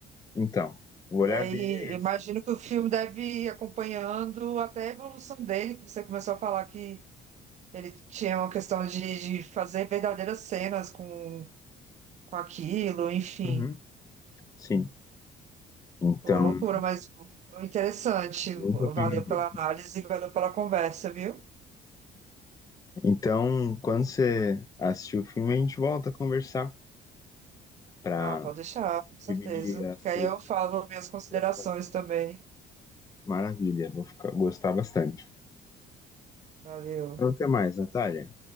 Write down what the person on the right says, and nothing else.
E
aí,
imagino que o filme deve ir acompanhando até a evolução dele, que você começou a falar que Ele tinha uma questão de, de fazer verdadeiras cenas com, com aquilo, enfim.
Pô, loucura, mas interessante.
Valeu
pela análise, valeu pela conversa, viu?
Ah, pode deixar, com certeza.
Que aí eu falo minhas considerações
também.
Valeu.